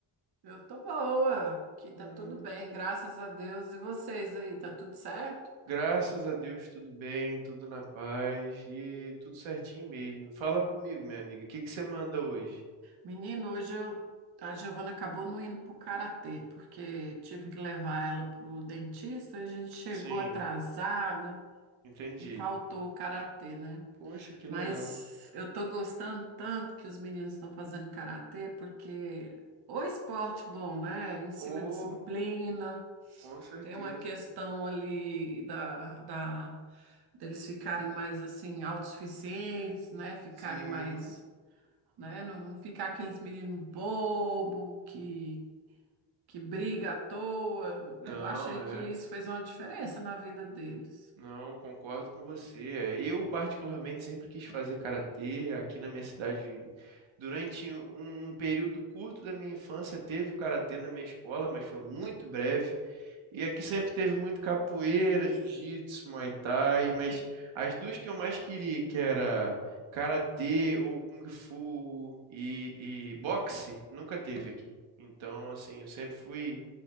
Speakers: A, on the right; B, on the right.
A: Eu tô boa, aqui tá
B: Ah,
A: tudo bem, graças a Deus. E vocês aí, tá tudo certo?
B: graças a Deus, tudo bem, tudo na paz e tudo certinho mesmo. Fala comigo, minha amiga, o que que você manda hoje?
A: Menino, hoje eu- a Giovana acabou não indo pro karatê, porque tive que levar ela pro dentista, a gente chegou
B: Sim,
A: atrasada
B: entendi.
A: e faltou o karatê, né?
B: Poxa, que
A: Mas
B: legal.
A: eu tô gostando tanto que os meninos estão fazendo karatê, porque o esporte bom, né? Ensina
B: Oh,
A: disciplina.
B: com certeza.
A: Tem uma questão ali da, da- deles ficarem mais assim autossuficientes, né? Ficarem
B: Sim,
A: mais, né? Não ficar aqueles meninos bobo que que briga à toa.
B: não,
A: Eu achei
B: é.
A: que isso fez uma diferença na vida deles.
B: Não, concordo com você. É, Eu, particularmente, sempre quis fazer karatê aqui na minha cidade. Durante um um período curto da minha infância, teve o karatê na minha escola, mas foi muito breve. E aqui sempre teve muito capoeira, jiu-jitsu, muay thai, mas as duas que eu mais queria, que era karatê ou kung fu e, e boxe, nunca teve aqui. Então, assim, eu sempre fui